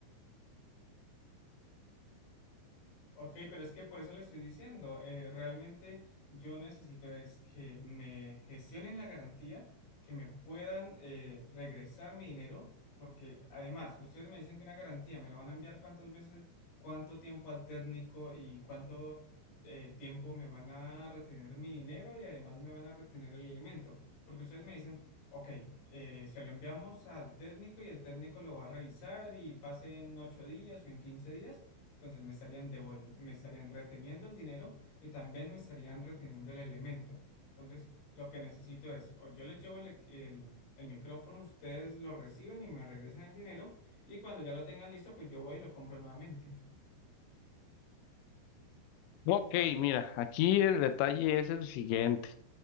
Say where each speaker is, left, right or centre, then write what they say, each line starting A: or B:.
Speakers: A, on the left; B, on the left.
A: Ok, pero es que por eso le estoy diciendo, eh, realmente yo necesito es que me gestionen la garantía, que me puedan eh, regresar mi dinero, porque además ustedes me dicen que una garantía me la van a enviar cuántas veces, cuánto tiempo al técnico y cuánto eh, tiempo me van a retener mi dinero y además me van a retener el alimento, porque ustedes me dicen, ok, eh, se lo enviamos al técnico y el técnico lo va a revisar y pase en ocho días o en 15 días. Entonces me estarían devol- me estarían reteniendo el dinero y también me estarían reteniendo el elemento. Entonces, lo que necesito es, o yo les llevo el, equ- el- el micrófono, ustedes lo reciben y me regresan el dinero, y cuando ya lo tengan listo, pues yo voy y lo compro nuevamente.
B: Ok, mira, aquí el detalle es el siguiente.